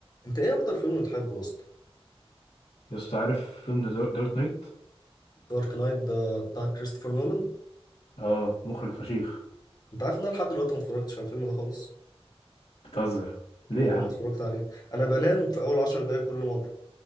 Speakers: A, on the left; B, on the left.
A: انت ايه اكتر فيلم بتحبه يا اسطى
B: يا اسطى عارف فيلم ذا دارك نايت
A: دارك نايت ده بتاع كريستوفر نولان
B: اه مخرج فشيخ
A: انت عارف ان انا لحد دلوقتي ما اتفرجتش على الفيلم ده خالص
B: بتهزر ليه
A: والله
B: يا عم
A: ما اتفرجت عليه انا بنام في اول عشر دقايق كل مره